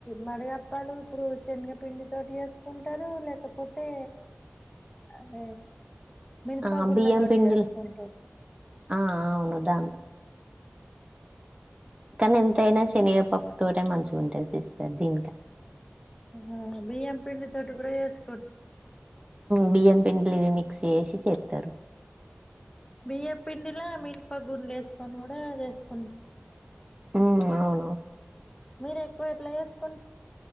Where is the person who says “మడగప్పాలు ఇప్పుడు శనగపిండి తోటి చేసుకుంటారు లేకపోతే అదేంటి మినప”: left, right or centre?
Left